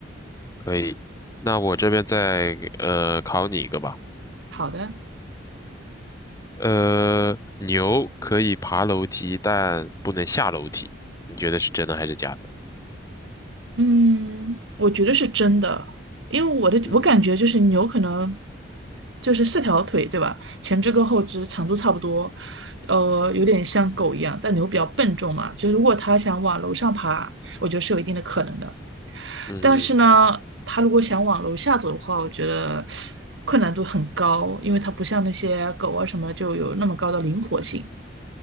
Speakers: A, on the left; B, on the right.
A: 可以。那我这边再呃考你一个吧。
B: 好的。
A: 呃，牛可以爬楼梯，但不能下楼梯。你觉得是真的还是假的？
B: 嗯，我觉得是真的，因为我的我感觉就是牛可能
A: 嗯
B: 就是四条腿，对吧？前肢跟后肢长度差不多，呃，有点像狗一样，但牛比较笨重嘛，就是如果它想往楼上爬，我觉得是有一定的可能的。
A: 嗯哼
B: 但是呢，它如果想往楼下走的话，我觉得困难度很高，因为它不像那些狗啊什么就有那么高的灵活性。